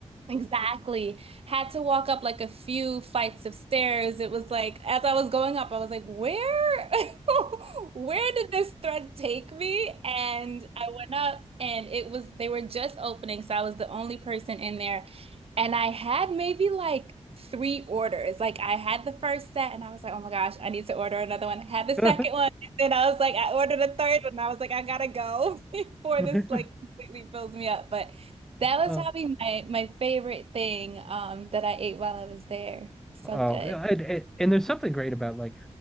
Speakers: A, on the right; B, in the centre.
A: Exactly. Had to walk up like a few flights of stairs. It was like, as I was going up, I was like, where, <laughs> where did this thread take me? And I went up and it was, they were just opening. So I was the only person in there. And I had maybe like three orders. Like I had the first set and I was like, oh my gosh, I need to order another one. I had the second
B: <laughs>
A: one. And then I was like, I ordered a third one. I was like, I gotta go <laughs> before
B: <laughs>
A: this like completely fills me up. But that was
B: Uh,
A: probably my my favorite thing um that I ate while I was there. So
B: Oh,
A: good.
B: it, it, and there's something great about like